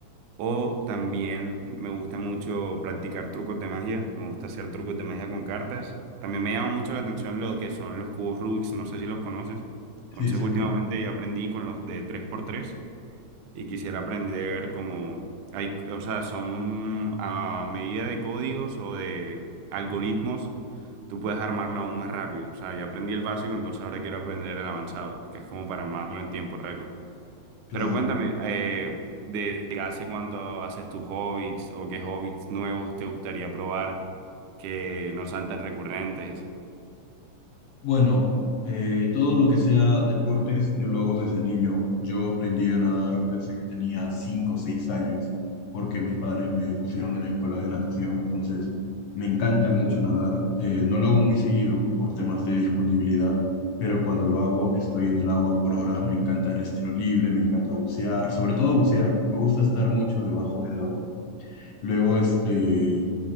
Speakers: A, on the right; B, on the left.
A: O también me gusta mucho practicar trucos de magia, me gusta hacer trucos de magia con cartas. También me llama mucho la atención lo que son los cubos rubik no sé si los conoces.
B: Sí,
A: Entonces
B: sí
A: últimamente
B: los conozco.
A: ya aprendí con los de tres por tres y quisiera aprender como hay, o sea, son a medida de códigos o de algoritmos, tú puedes armarlo aún más rápido. O sea, ya aprendí el básico, entonces ahora quiero aprender el avanzado, que es como para armarlo en tiempo récord.
B: Claro.
A: Pero cuéntame, eh, de, de hace cuánto haces tus hobbits o qué hobbits nuevos te gustaría probar que no sean tan recurrentes.
B: Bueno, eh, todo lo que sea deportes, yo lo hago desde niño. Yo aprendí a nadar desde que tenía 5 o 6 años, porque mis padres me pusieron en escuelas de natación, entonces me encanta mucho nadar. Eh, no lo hago muy seguido por temas de disponibilidad, pero cuando lo hago estoy en el agua por horas, me encanta el estilo libre, me encanta bucear, sobre todo bucear, me gusta estar mucho debajo del agua. Luego, este...